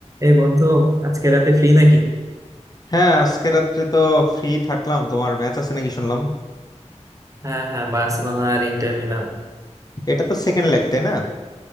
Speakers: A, on the right (about 25°); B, on the left (about 30°).
A: এই বন্ধু আজকে রাতে ফ্রি নাকি
B: হ্যাঁ আজকে রাত্রে তো ফ্রি থাকলাম তোমার ম্যাচ আছে নাকি শুনলাম
A: হ্যাঁ হ্যাঁ বার্সেলোনা আর ইন্টার মিলান
B: এটা তো সেকেন্ড লেগ তাই না